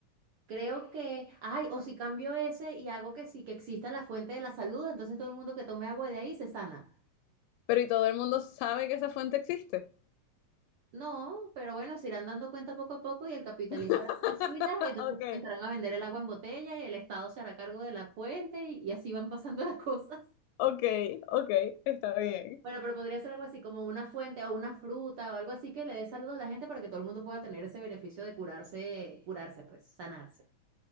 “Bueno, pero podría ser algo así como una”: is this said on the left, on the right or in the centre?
Right